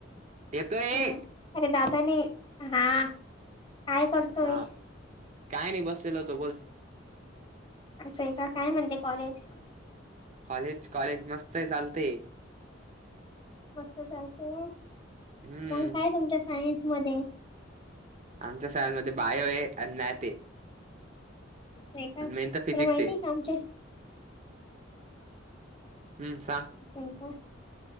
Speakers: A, on the right (about 40°); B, on the left (about 25°).
A: येतोय.
B: हम्म अरे दादानी हा काय करतोय
A: हा काय नाही बसलेल होतो बोल.
B: असं आहे का काय म्हणते कॉलेज?
A: कॉलेज कॉलेज मस्त आहे चालतेय.
B: मस्त चालते
A: हम्म
B: मग काय तुमच्या सायन्स मध्ये?
A: आमच्या सायन्समध्ये बायो आहे आणि मॅत आहे.
B: आहे का
A: आणि
B: तुला
A: मेनंत फिजिक्स
B: माहितीय
A: आहे
B: का आमच्या
A: हम्म सा
B: स का